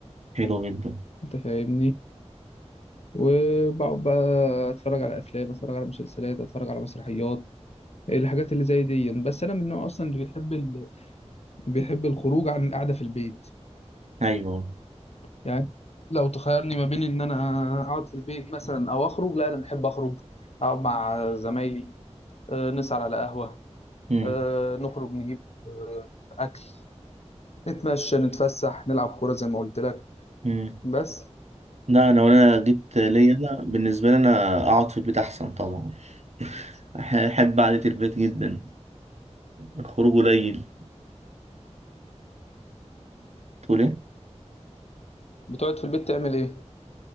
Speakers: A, on the right; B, on the left.
A: حلو جدا
B: انت فاهمني وبقعد بقى اتفرج على افلام اتفرج على مسلسلات اتفرج على مسرحيات الحاجات اللي زي دي بس انا من النوع اصلا اللي بيحب ال... بيحب الخروج عن القعده في البيت
A: ايوه
B: يعني لو تخيرني ما بين ان انا اقعد في البيت مثلا او اخرج لا انا بحب اخرج اقعد مع زمايلي آه، نسهر على قهوه
A: مم.
B: آه، نخرج نجيب آه، اكل نتمشى نتفسح نلعب كوره زي ما قلت لك
A: مم.
B: بس
A: لا انا وانا جيت ليا انا بالنسبه لي انا اقعد في البيت احسن طبعا أح- احب قعده البيت جدا الخروج قليل تقول ايه
B: بتقعد في البيت تعمل ايه